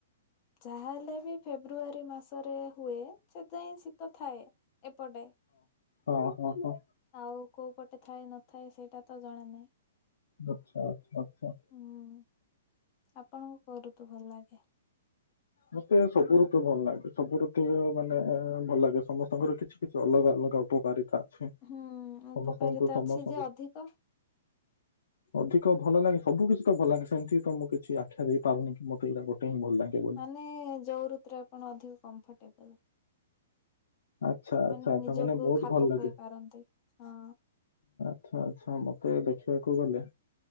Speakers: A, on the left; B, on the left.
A: ଯାହାହେଲେ ବି ଫେବୃଆରୀ ମାସରେ ହୁଏ ସେଯାଏଁ ଶୀତ ଥାଏ ଏପଟେ।
B: ଅହ ହ।
A: ଆଉ କୋଉ ପଟେ ଥାଏ ନଥାଏ ସେଇଟା ତ ଜଣା ନାହିଁ।
B: ବଚ୍ଛା ଆଚ୍ଛା ଆଚ୍ଛା।
A: ହୁଁ। ଆପଣଙ୍କୁ କୋଉ ଋତୁ ଭଲଲାଗେ?
B: ମତେ ସବୁ ଋତୁ ଭଲଲାଗେ ସବୁ ଋତୁ ମାନେ ଭଲଲାଗେ ସମସ୍ତଙ୍କର କିଛି କିଛି ଅଲଗା ଅଲ ଲଗା ଉପକାରିତା ଅଛି ସମସ୍ତଙ୍କୁ
A: ହୁଁ ଉପକାରିତା
B: ସମସ୍ତଙ୍କୁ
A: ଅଛି ଯେ ଅଧିକ
B: ଅଧିକ ଭଲଲାଗେ ସବୁ କିଛି ତ ଭଲଲାଗେ ସେମିତି ତ ମୁଁ କିଛି ଆଖ୍ୟା ଦେଇପାରୁନି କି ମୋତେ ଏଇଟା ଗୋଟେ ହିଁ ଭଲଲାଗେ ବୋଲି।
A: ଏ ଯୋଉ ଋତୁରେ ଆପଣ ଅଧିକ କମ୍ଫର୍ଟେବୁଲ୍।
B: ଆଚ୍ଛା ଆଚ୍ଛା
A: ମାନେ ନିଜକୁ
B: ଆଚ୍ଛା ବହୁତ
A: ଖାପଖୁଆଇ
B: ଭଲ ଲାଗେ
A: ପାରନ୍ତି ହଁ।
B: ଆଚ୍ଛା ଆଚ୍ଛା ମତେ ଦେଖିବାକୁ ଗଲେ